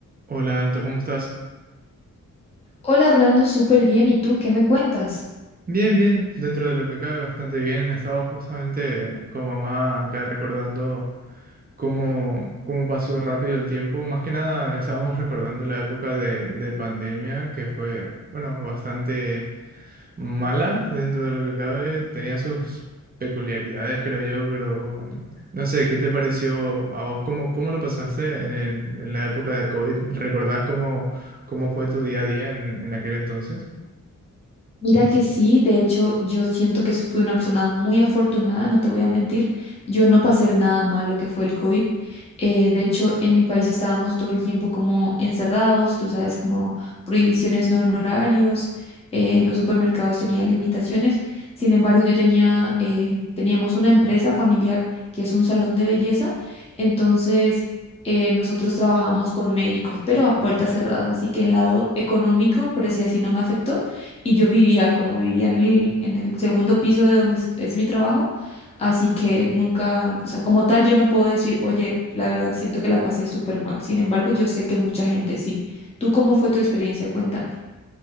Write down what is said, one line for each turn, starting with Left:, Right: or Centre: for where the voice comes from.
Right: Hola Anto, ¿cómo estás?
Left: Hola, Rolando, súper bien. ¿Y tú qué me cuentas?
Right: Bien, bien, dentro de lo que cabe bastante bien. Estaba justamente con mamá acá recordando cómo, cómo pasó rápido el tiempo. Más que nada estábamos recordando la época de, de pandemia que fue, bueno, bastante mala dentro de lo que cabe. Tenía sus peculiaridades, creo yo, pero mm, no sé, ¿qué te pareció a vos? ¿Cómo, cómo lo pasaste en, el- en la época de COVID? ¿Recordás cómo, cómo fue tu día a día en, en aquel entonces?
Left: Mira que sí, de hecho yo siento que fui una persona muy afortunada, no te voy a mentir, yo no pasé nada mal lo que fue el COVID. Eh, de hecho en mi país estábamos todo el tiempo como encerrados, tú sabes, como prohibiciones no en horarios, eh, los supermercados tenían limitaciones, sin embargo yo tenía, eh, teníamos una empresa familiar que es un salón de belleza, entonces... eh, nosotros trabajamos con médicos, pero a puertas cerradas, así que el lado económico, por decir así, no me afectó y yo vivía como vivía en el, en el segundo piso de donde es, es mi trabajo, así que nunca, o sea, como tal, yo no puedo decir, oye, la verdad siento que la pasé súper mal. Sin embargo, yo sé que mucha gente sí. ¿Tú cómo fue tu experiencia? Cuéntame.